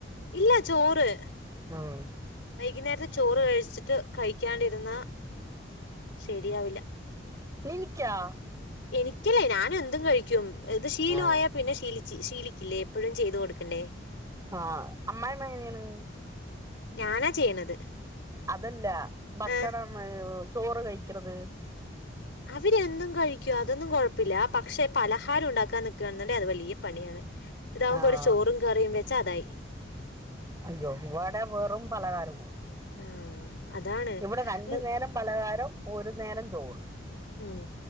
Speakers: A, on the left (about 70°); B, on the right (about 20°).
A: ഇല്ലാ ചോറ്
B: ഉം
A: വൈകുന്നേരത്തെ ചോറ് കഴി വച്ചിട്ട് കഴിക്കാണ്ടിരുന്ന ശരിയാവില്ല
B: നിനിക്കാ
A: എനിക്കല്ലേ ഞാനെന്തും കഴിക്കും ഇത് ശീലമായ
B: ആഹ്
A: പിന്നെ ശീലിക്കും ശീലിക്കില്ലേ എപ്പോഴും ചെയ്തു കൊടുക്കണ്ടേ
B: ആഹ അമ്മായ അമ്മ എങ്ങനെയാണ്
A: ഞാനാ ചെയ്യണത്
B: അതല്ല ഭക്ഷണം
A: ഏഹ്
B: ചോറ് കഴിക്കണത്
A: അവരെന്തും കഴിക്കുംഅതൊന്നും കുഴപ്പില്ല പക്ഷെ പലഹാരം ഉണ്ടാക്കാൻ നിക്കാണെന്നുണ്ടേ അത് വലിയ പണിയാണ് പണിയാണ് ഇതാകുമ്പോ
B: ആഹ്
A: ഒരു ചോറും കറിയും വെച്ചാ അതായി
B: അയ്യോ ഇവിടെ വെറും പലകാരമാണ്
A: ആഹ് അതാണ്
B: ഇവിടെ രണ്ടു
A: ഉം
B: നേരം പലകാരം ഒരു നേരം ചോറും
A: ഉം